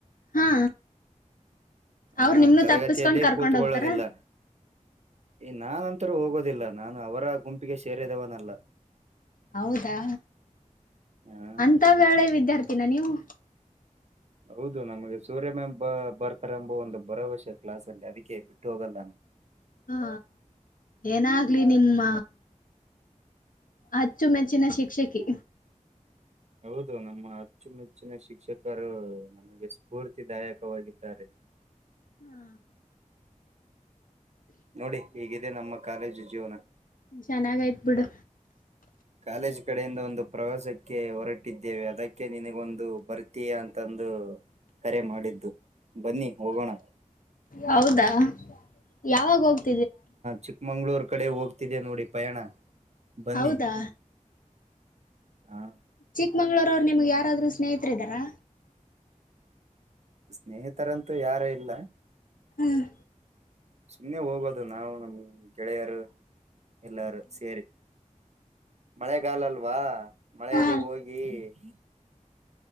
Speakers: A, on the left; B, on the right.
A: ಹಾ
B: ಹಾ
A: ಅವ್ರು ನಿಮ್ನು
B: ತರಗತಿಯಲ್ಲಿ
A: ತಪ್ಪಸ್ಕೊಂಡ್ ಕರ್ಕೊಂಡ್
B: ಕೂತುಕೊಳ್ಳುವುದಿಲ್ಲ
A: ಹೋಗ್ತಾರ
B: ನಾನಂತೂ ಹೋಗುವುದಿಲ್ಲ ನಾನು ಅವರ ಗುಂಪಿಗೆ ಸೇರುವುದನಲ್ಲ
A: ಹೌದಾ
B: ಹಾ
A: ಅಂತ ಒಳ್ಳೆ ವಿದ್ಯಾರ್ಥಿ ನೀವು
B: ಹೌದು ನಮಗೆ ಸೂರ್ಯ ಮ್ಯಾಮ್ ಬ ಬರ್ತಾರೆ ಎಂಬ ಒಂದು ಭರವಸೆ ಕ್ಲಾಸ್ ಅಲ್ಲಿ ಅದಕ್ಕೆ ಬಿಟ್ಟು ಹೋಗಲ್ಲ
A: ಹಾ ಏನಾಗ್ಲಿ ನಿಮ್ಮ ಅಚ್ಚುಮೆಚ್ಚಿನ ಶಿಕ್ಷಕಿ
B: ಹೌದು ನಮ್ಮ ಅಚ್ಚುಮೆಚ್ಚಿನ ಶಿಕ್ಷಕರು ನಮಗೆ ಸ್ಫೂರ್ತಿದಾಯಕವಾಗಿದ್ದಾ
A: ಹಾ
B: ನೋಡಿ ಹೇಗಿದೆ ನಮ್ಮ ಕಾಲೇಜು ಜೀವನ
A: ಚೆನ್ನಾಗ ಐತಿ ಬಿಡು
B: ಕಾಲೇಜ್ ಕಡೆಯಿಂದ ಒಂದು ಪ್ರವಾಸಕ್ಕೆ ಹೊರಟಿದ್ದೇವೆ ಅದಕ್ಕೆ ನಿನಗೊಂದು ಬರ್ತೀಯ ಅಂತಂದು ಕರೆ ಮಾಡಿದ್ದು ಬನ್ನಿ ಹೋಗೋಣ
A: ಹೌದಾ ಯಾವಾಗ ಹೋಗ್ತೀರಾ
B: ಚಿಕ್ಕಮಂಗಳೂರು ಕಡೆ ಹೋಗ್ತಾ ಇದೆ ನೋಡಿ ಪಯಣ ಬನ್ನಿ
A: ಹೌದಾ
B: ಆ
A: ಚಿಕ್ಕಮಂಗಳೂರಾರು ಯಾರು ನಿಮಗೆ ಸ್ನೇಹಿತದ್ದಾರಾ
B: ಲ್ಲ ಸ್ನೇಹಿತರಂತೆ ಯಾರು ಇಲ್ಲ
A: ಹ್ಮ್
B: ಸುಮ್ನೆ ಹೋಗಿ ಬರುವುದು ನಾವು ನಮ್ ಗೆಳೆಯರು ಎಲ್ಲರೂ ಸೇರಿ ಮಳೆಗಾಲ ಅಲ್ವಾ ಮಳೆಯಲ್ಲಿ
A: ಹಾ
B: ಹೋಗಿ ಹ್ಮ